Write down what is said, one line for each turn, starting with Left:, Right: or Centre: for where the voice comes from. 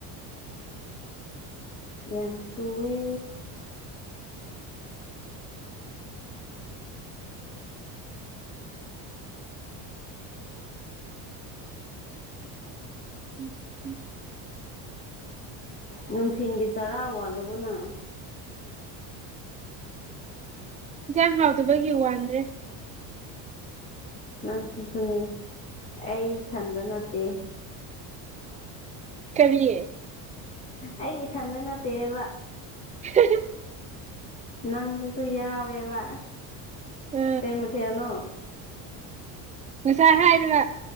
Left: ꯌꯥꯝ ꯆꯨꯑꯦ
Right: ꯎꯝ ꯎꯝ
Left: ꯅꯨꯡꯊꯤꯟꯒꯤ ꯆꯔꯥ ꯋꯥꯠꯂꯕꯣ ꯅꯪ
Right: ꯏꯟꯁꯥꯡ ꯍꯥꯎꯗꯕꯒꯤ ꯋꯥꯟꯗ꯭ꯔꯦ
Left: ꯅꯪꯁꯨ ꯁꯨꯅꯦ ꯑꯩ ꯏꯊꯟꯗ ꯅꯠꯇꯦ
Right: ꯀꯔꯤꯦ
Left: ꯑꯩ ꯏꯊꯟꯗ ꯅꯠꯇꯦꯕ
Right: <inaudible>
Left: ꯅꯪꯗꯨꯁꯨ ꯌꯥꯎꯋꯦꯕ
Right: ꯑ
Left: ꯀꯩꯃ ꯊꯦꯅꯣ
Right: ꯉꯁꯥ ꯍꯥꯏꯔꯤꯕ